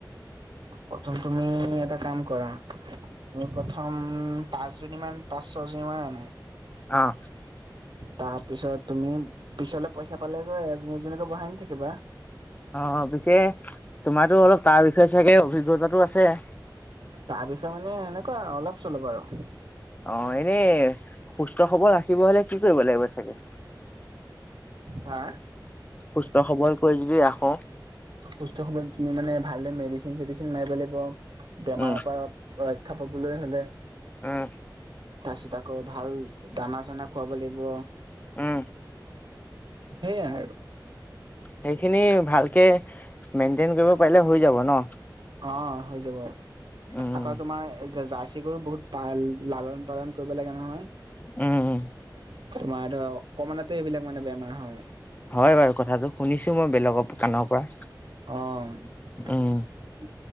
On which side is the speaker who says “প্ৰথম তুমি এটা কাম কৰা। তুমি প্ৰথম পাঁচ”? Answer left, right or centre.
Right